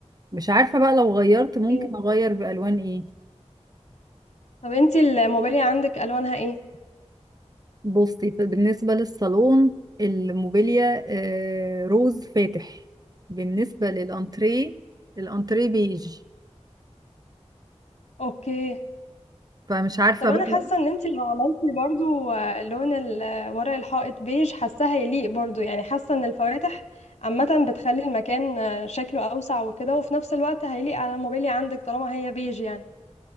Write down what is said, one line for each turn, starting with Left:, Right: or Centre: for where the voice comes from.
Right: مش عارفة بقى لو غيرت ممكن
Left: ايه
Right: اغير بالوان ايه
Left: طب انت الموبايل عندك الوانها ايه
Right: بصي بالنسبة للصالون الموبيليا آه، روز فاتح بالنسبة للانتريه الانتريه بيج
Left: اوكي
Right: فمش عارفة
Left: طب انا
Right: بقى
Left: حاسه ان انت لو عملتي برضو آه، لون ال- آه، ورق الحائط بيج حاساه هيليق برضو يعني حاسه ان الفواتح عامه بتخلي المكان آه، شكله اوسع وكده وفي نفس الوقت هيليق على الموبيليا عندك طالما هي بيج يعني